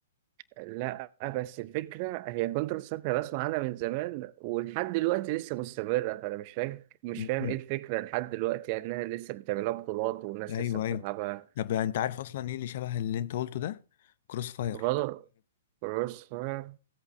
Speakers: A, on the right; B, on the left.
A: لا بس الفكرة هي كونتر سترايك أنا بسمع عنها من زمان ولحد دلوقتي لسه مستمرة فأنا مش فاهم مش
B: مم.
A: فاهم إيه الفكرة لحد دلوقتي يعني إنها لسه بتعملها بطولات والناس
B: أيوه
A: لسه بتلعبها
B: أيوه طب أنت عارف أصلا إيه اللي شبه اللي أنت قلته ده؟ كروس فاير
A: فالور كروس فاير